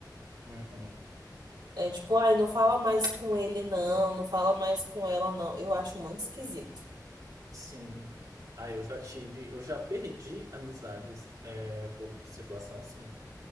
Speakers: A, on the right (about 55°); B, on the right (about 75°).
A: Uhum,
B: É tipo, ai, não fala mais com ele, não, não fala mais com ela, não. Eu acho muito esquisito.
A: sim. Aí eu já tive, eu já perdi amizades é, por situação assim.